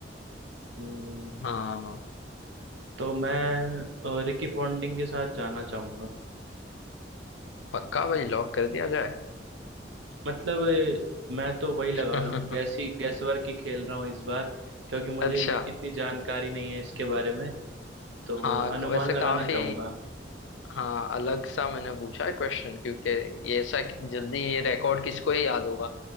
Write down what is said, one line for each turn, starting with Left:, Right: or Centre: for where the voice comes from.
Right: हम्म
Left: हाँ
Right: तो मैं अ, रिकी पॉन्टिंग के साथ जाना चाहूँगा
Left: पक्का भाई लॉक कर दिया जाए
Right: मतलब अ, मैं तो वही लगा
Left: <laughs>
Right: रहा हूँ गैस ही गैस वर्क ही खेल रहा हूँ इस बार क्योंकि मुझे
Left: अच्छा
Right: इतनी जानकारी नहीं है इसके बारे में तो
Left: हाँ
Right: अनुमान
Left: वैसे
Right: लगाना
Left: काफी
Right: चाहूंगा
Left: हाँ अलग सा मैंने पूछा है क्वेश्चन क्योंकि ये ऐसा जल्दी ये रिकॉर्ड किसको ही याद होगा